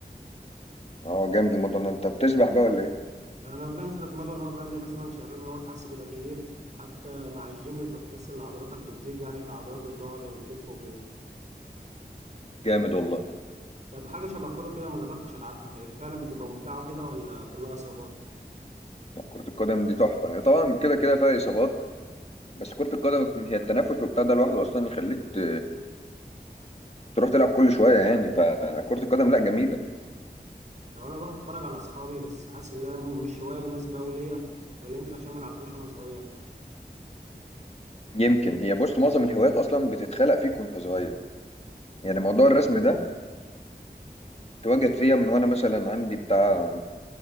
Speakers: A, on the left; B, on the right.
A: اه جامد الموضوع ده انت بتسبح بقى ولا ايه
B: انا بنزل اتمرن اهو بقالي مثلا شهرين اهو حاسس بتغيير حتى مع الجيم فبتحس ان عضلاتك بتزيد يعني كعضلات الظهر والكتف وكده
A: جامد والله
B: طب حاجه شبه الكوره كده ما جربتش العبها هي فعلا بتبقى ممتعه كده ولا كلها اصابات
A: لا كرة القدم دي تحفة هي طبعا كده كده فيها إصابات بس كرة القدم هي التنفس وبتاع ده لوحده أصلا يخليك ت- تروح تلعب كل شوية يعني فكرة القدم لا جميلة
B: لو انا بروح اتفرج على اصحابي بس حاسس ان هي م- مش هوايه مناسبه أوي ليا ولا يمكن عشان ما لعبتهاش وانا صغير
A: يمكن هي بص معظم الهوايات أصلا بتتخلق فيك وأنت صغير يعني موضوع الرسم ده اتوجد فيا من وأنا مثلا عندي بتاع